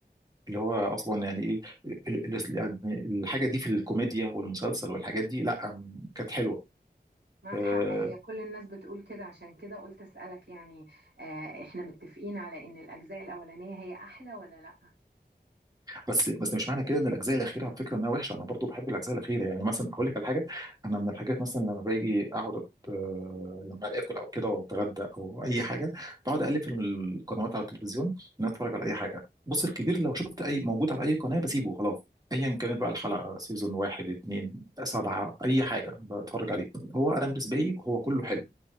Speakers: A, on the right; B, on the right.
A: اللي هو اصلا يعني ايه ال- ال- يعني الحاجه دي في الكوميديا والمسلسل والحاجات دي لا م- كانت حلوه
B: معك
A: آه،
B: حق هي كل الناس بتقول كده عشان كده قلت أسألك يعني آه، إحنا متفقين على إن الأجزاء الأولانية هي أحلى ولا لأ؟
A: بس بس مش معنى كده ان الاجزاء الاخيره على فكره انها وحشه انا برضو بحب الاجزاء الاخيره يعني مثلا اقول لك على حاجه انا من الحاجات مثلا لما باجي اقعد أت- آه، لما اكل او كده واتغدى او اي حاجه بقعد اقلب في القنوات على التلفزيون ان أنا اتفرج على اي حاجه بص الكبير لو شفت اي موجود على اي قناه بسيبه خلاص ايا كانت بقى الحلقه سيزون واحد اتنين سبعه اي حاجه بتفرج عليه هو انا بالنسبه لي هو كله حلو